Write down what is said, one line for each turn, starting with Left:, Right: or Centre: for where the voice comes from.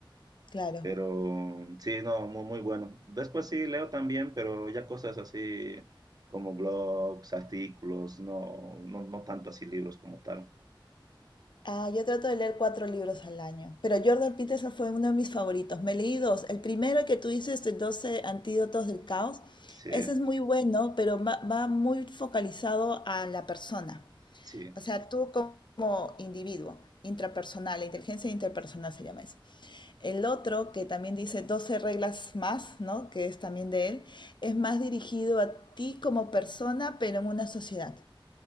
Left: Claro.
Right: Pero sí, no, muy, muy bueno. Después sí leo también, pero ya cosas así como blogs, artículos, no, no, no tanto así libros como tal.
Left: Ah, yo trato de leer cuatro libros al año, pero Jordan Peterson fue uno de mis favoritos. Me leí dos. El primero que tú dices, de Doce antídotos del caos,
Right: Sí,
Left: ese es muy bueno, pero va, va muy focalizado a la persona.
Right: sí.
Left: O sea, tú como individuo, intrapersonal, la inteligencia interpersonal se llama eso. El otro, que también dice 12 reglas más, ¿no? Que es también de él, es más dirigido a ti como persona, pero en una sociedad.